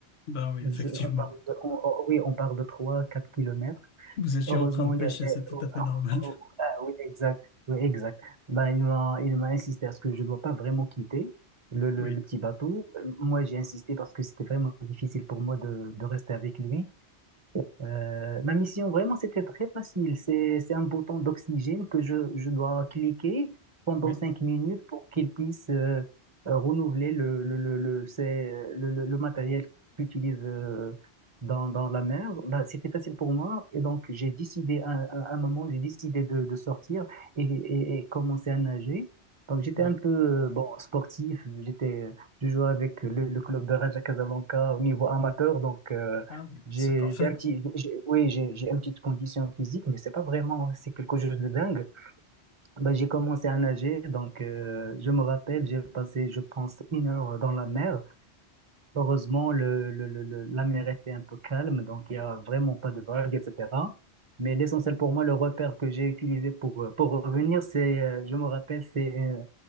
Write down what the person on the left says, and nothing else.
ben oui, effectivement.
Vous étiez
en train de pêcher,
c'est tout
à fait
normal. <laughs>
Oui,
oui,
oui.
Ah oui,
c'est parfait.